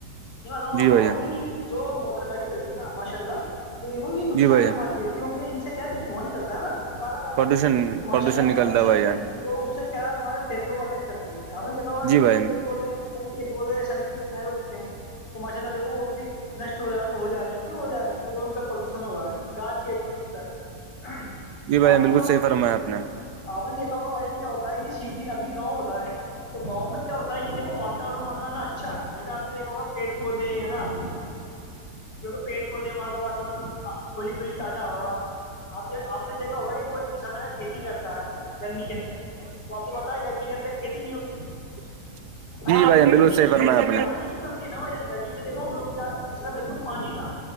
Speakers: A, on the left (about 85°); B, on the right (about 75°).
A: یہ بتاؤ آپ
B: جی
A: کو
B: بھائی جان
A: کہ جو موٹر گاڑی چلتی ہے نا ماشاء اللہ تو دیکو یہ نقصان
B: جی بھائی جان
A: ہے ہمارے لیے کیوںک ان سے کیا ہے جو دھواں نکلتا ہے نا کالا کالا
B: پردوشن
A: تو ماشاء اللہ
B: نکل
A: پردوشن
B: رہا ہے بھائی جان
A: تو اس سے کیا ہمارے پھیپٹوں کو اٹیک کرتی ہے اباری
B: جی بھائی
A: کئی پیڑ پودے کئی پیڑ پودے سڑک کے کنارے اگتے ہیں تو ماشاء اللہ دیکھو وہ بھی د نشٹ ہو ہو جا رہے ہیں کیوں ہو جا رہے ہیں کیکہ ان پردوشن ہو رہا ہے گاس چیٹ لی ہے ان پرر
B: جی بھائی
A: آپ
B: جان
A: نے
B: بالکل
A: دیکھا ہوگا
B: صحیح فرمایا آپ نے
A: آپ نے دیکھا ہوگا بھجن کیا ہوتا ہے کہ س کہ ابھی گاؤں ہوتا ہے تو گاؤں میں کیا ہوتا ہے کہ دیکو واتاورن مگانا اچھا ہے جہ آپ نے دیکھوگا پیڑ پودے ہے نا کیونکہ پیڑ پودے وہاں کا واتاورن کھلی کھلی تازا ہوا آپ آپ نے دیکھا ہوگا کہ کوئی کسان اگر کھیتی کرتا ہے گرمی کے اندر تو آپ کو ب کتی نہیں ہوتی
B: <inaudible>
A: ہے نا کیوں
B: جان
A: نہیں
B: بالکل
A: ہوتی
B: صحیح
A: کیونکہ
B: فرمایا آپ نے
A: پانی کی کمی ہے نا وہ گرمی میں دیکو ہم لوگ کیا اس کا مت پانی کا